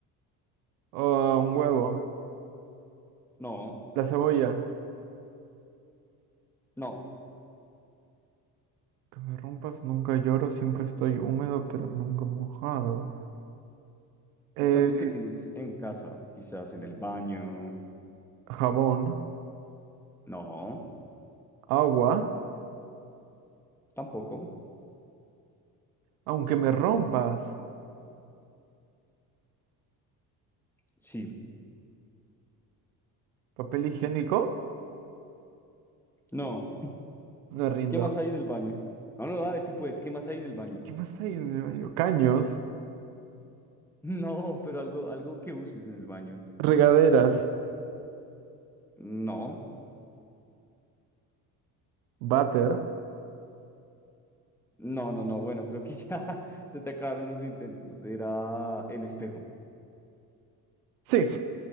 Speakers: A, on the right; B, in the centre.
A: Oh, un huevo.
B: No,
A: La cebolla.
B: no.
A: Que me rompas, nunca lloro, siempre estoy húmedo, pero nunca mojado. Eh,
B: Es algo que tienes en casa, quizás en el baño.
A: jabón.
B: No,
A: Agua.
B: tampoco.
A: Aunque me rompas.
B: Sí,
A: Papel higiénico.
B: no.
A: No rindo.
B: ¿Qué más hay en el baño? No, no, dale, tú puedes. ¿Qué más hay en el baño? <laughs>
A: ¿Qué más hay en el baño? Caños.
B: No, pero algo, algo que uses en el baño.
A: Regaderas.
B: No,
A: Váter.
B: no, no, no. Bueno, creo que ya <laughs> se te acabaron los intentos. Era el espejo.
A: Sí,